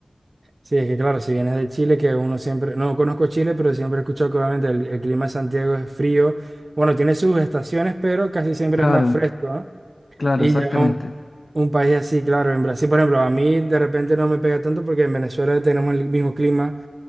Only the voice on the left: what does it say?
Claro,
claro,
exactamente.